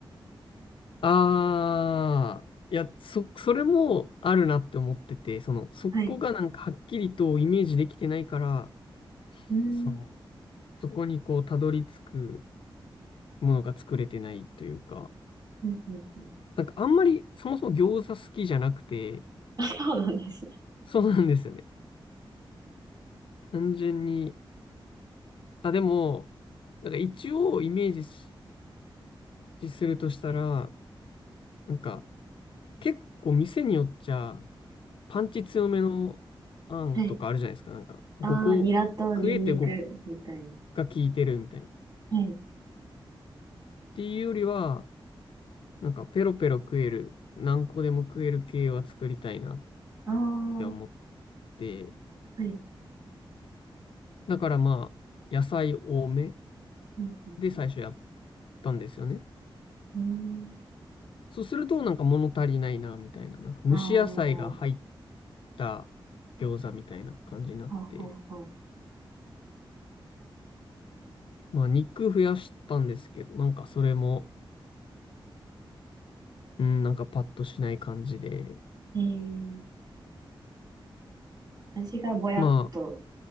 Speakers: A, on the left; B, on the right.
A: ああ、いや、そ、それもあるなって思ってて、その、そこがなんかはっきりとイメージできてないから、
B: はい。うーん。
A: その、そこにこう、たどり着くものが作れてないというか、
B: うんうんうん。
A: なんかあんまりそもそも餃子好きじゃなくて、
B: あ、そうなんですね。
A: そうなんですよね。単純に、あ、でも、なんか一応イメージしするとしたら、なんか結構店によっちゃ、パンチ強めのあんとかあるじゃないですか。
B: はい。
A: なんか、
B: ああ、
A: 5個、
B: ニラとニンニクみたいな。
A: 食えて5が効いてるみたいな。っ
B: はい。
A: ていうよりは、なんか、ペロペロ食える、何個でも食える系は作りたいなっ
B: ああ、は
A: て思って、
B: い。
A: だからまあ、野菜多め
B: うんうんうん。
A: で最初やったんですよね。
B: う
A: そうすると、なんか物足りないな、みたいな。なんか、蒸し野菜が入っ
B: ーん。ああ、は
A: た餃子みたいな感じになって、
B: あはあはあ。
A: まあ、肉増やしたんですけど、なんか、それも、うん、なんかパッとしない感じで、
B: えー、味がぼやっと
A: ま